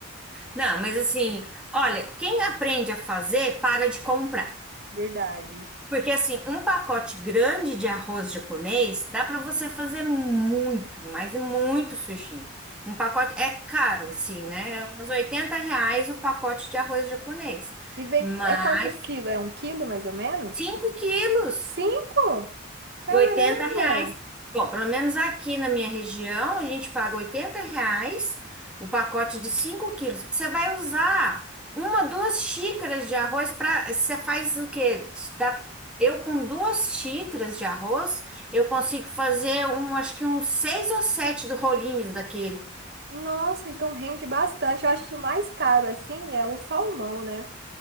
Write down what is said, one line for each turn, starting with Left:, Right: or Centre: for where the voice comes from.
Centre: Não, mas assim, olha, quem aprende a fazer, para de comprar.
Right: Verdade.
Centre: Porque assim, um pacote grande de arroz japonês dá para você fazer muito, mas muito sushi. Um pacote é caro, assim, né? É Uns 80 reais o pacote de arroz japonês.
Right: E vem,
Centre: Mas
Right: é quantos quilos? É um quilo mais ou menos?
Centre: 5 quilos.
Right: Cinco? Caramba!
Centre: E 80 reais. Bom, pelo menos aqui na minha região, a gente paga 80 reais o pacote de 5 quilos. Você vai usar uma, duas xícaras de arroz para. Você faz o quê? Dá, eu com duas xícaras de arroz, eu consigo fazer um, acho que uns seis ou sete do rolinhos daquele.
Right: Nossa, então rende bastante. Eu acho que o mais caro assim é o salmão, né?